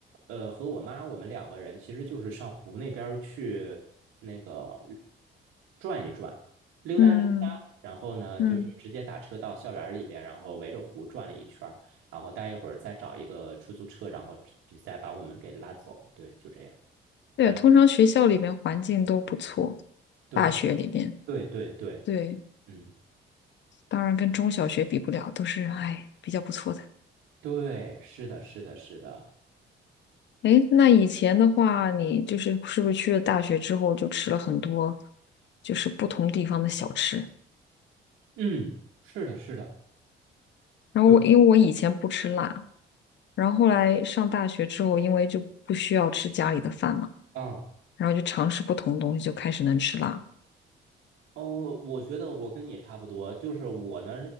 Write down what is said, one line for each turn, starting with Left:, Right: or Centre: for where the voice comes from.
Right: 呃，和我妈我们两个人其实就是上湖那边儿去那个转一转，溜达溜达，
Left: 嗯
Right: 然后呢就是直接打车到校园儿里边，
Left: 嗯，
Right: 然后围着湖转了一圈儿然后待一会儿再找一个出租车，然后再把我们给拉走。对，就这样。
Left: 对，
Right: 晚
Left: 通常学校里面环境都不错，
Right: 对
Left: 大学里面，
Right: 对对对，
Left: 对，
Right: 嗯，
Left: 当然跟中小学比不了，都是哎比较不错的。
Right: 对，是的，是的，是的，
Left: 诶，那以前的话，你就是是不是去了大学之后就吃了很多，就是不同地方的小吃？
Right: 嗯，是的，是的，
Left: 然后我因为我以前不吃辣，
Right: 对
Left: 然后后来上大学之后，因为就不需要吃家里的饭嘛，
Right: 啊。
Left: 然后就尝试不同的东西，就开始能吃辣。
Right: 哦，我觉得我跟你差不多，就是我呢